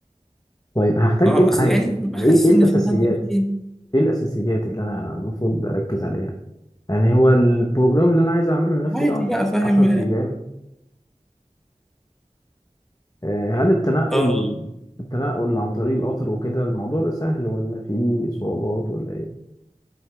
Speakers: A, on the left; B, in the centre.
A: طيب هحتاج
B: آه
A: ايه
B: أصل
A: معايا
B: يعني
A: يعني
B: حاسس
A: ايه إيه الاساسيات
B: إن فنلندا فيه
A: ايه الاساسيات اللي انا المفروض اركز عليها يعني هو البروجرام اللي انا عايز اعمله لنفسي
B: عادي
A: ده
B: بقى فاهم
A: 10 ايام آه، هل التنقل
B: اه
A: التنقل عن طريق القطر وكده الموضوع ده سهل ولا فيه صعوبات ولا ايه؟